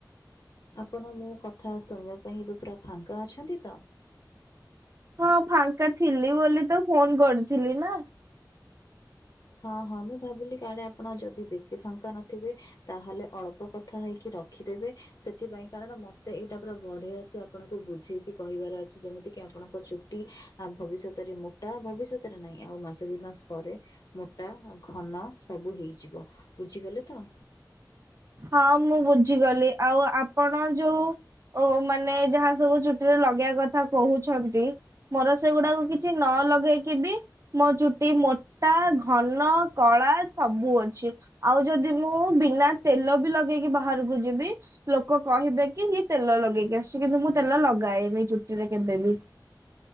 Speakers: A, on the left; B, on the right.
A: ଆପଣ ମୋ କଥା ଶୁଣିବା ପାଇଁ ଏବେ ପୁରା ଫାଙ୍କା ଅଛନ୍ତି?
B: ହଁ ଫାଙ୍କା ଥିଲି ବୋଲି ତ ଫୋନ କରିୁଥିଲି ନା।
A: ହଁ ହଁ ମୁଁ ଭାବିଲି କାଳେ ଆପଣ ଯଦି ବେଶୀ ଫାଙ୍କା ନଥିବେ ତାହେଲେ ଅଳ୍ପ କଥା ହେଇକି ରଖିଦେବେ ସେଥିପାଇଁ କାରଣ ମତେ ଏଇଟା ପୁରା ବଢିଆସି ଆପଣଙ୍କୁ ବୁଝେଇକି କହିବାର ଅଛି ଯେମିତି କିି ଆପଣଙ୍କ ଚୁଟି ଆଉ ଭବିଷ୍ୟତରେ ମୋଟା ଭବିଷ୍ୟତରେ ନାହିଁ ଆଉ ମାସେ ଦୁଇ ମାସ ପରେ ମୋଟା ଘନ ସବୁ ହେଇଯିବ ବୁଝିଗଲେ ତ?
B: ହଁ ମୁଁ ବୁଝିଗଲି ଆଉ ଆପଣ ଯୋଉ ଓ ମାନେ ଯାହା ସବୁ ଚଛୁଟିରେ ଲଗେଇବା କଥା କହୁଛନ୍ତି ମୋର ସେଗୁଡାକୁ କିଛି ନ ଲଗେଇକି ବି ମୋ ଚୁଟି ମୋଟା ଘନ କଳା ସବୁ ଅଛି। ଆଉ ଯଦି ମୁଁ ବିନା ତେଲ ବି ଲଗେଇକି ବାହାରକୁ ଯିବି ଲୋକ କହିବେ କି ହି ଇଏ ତେଲ ଲଗେଇକି ଆସିଛି କିନ୍ତୁ ମୁଁ ତେଲ ଲଗାଏନି ଏ ଚୁଟିରେ କେବେ ବି।